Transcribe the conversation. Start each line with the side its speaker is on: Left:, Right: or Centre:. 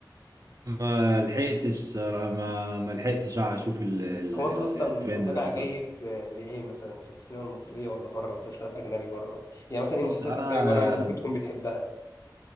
Right: ما لحقتش صراحة- ما ما لحقتش اشوف ال- ال-
Left: هو
Right: ال-
Left: انت اصلا
Right: الترند
Left: متابع
Right: ده الصراحة
Left: جيد آه، لايه مثلا في السينما المصريه ولا بره مسلسلات اجنبي بره يعني مثلا ايه
Right: بص
Left: مسلسلات
Right: انا
Left: اجنبي بره اللي انت ممكن تكون بتحبها